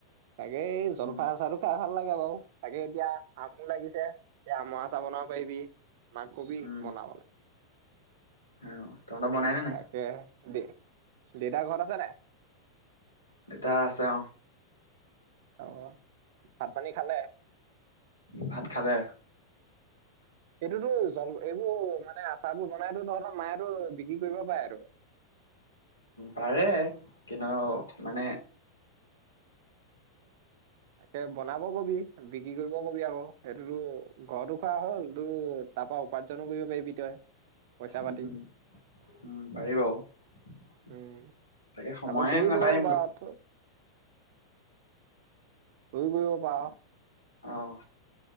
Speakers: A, on the right; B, on the left.
A: তাকে এই জলফা
B: উম
A: চচাৰো খাই ভাল লাগে বাৰু তাকে এতিয়া আমো লাগিছে এতিয়া আমৰা আচা বনাব পাৰিবি ন কবি
B: উম
A: মনালে <unintelligible>
B: অ তহততে বনাইনে নাই
A: তাকে দে দিদাৰ ঘৰত আছে নে
B: ডেটা আছে অ
A: অ ভাত পানী খালে
B: ভাত খালে
A: এইটোতো জল এইবোৰ মানে আচাৰ বোৰ বনাইতো তহঁতৰ মাইটো বিক্ৰী কৰিব পাৰে আৰু
B: পাৰে কিন্তু মানে
A: উম, তাকে বনাব কবি বিক্ৰী কৰিব কবি আকৌ সেইটোতো ঘৰতো খোৱা হ'ল তো তাৰ পৰাৰা উপাৰ্জনো কৰিব পাৰিবি তই <unintelligible> পইচা পাতি
B: উ উম পাৰিব তাকে
A: উম
B: সময়ে
A: আকৌ তইয়ো
B: নাপাৰিম
A: কৰিব পাৰ তইয়ো কয় ক <unintelligible> বাহ <unintelligible>
B: আহ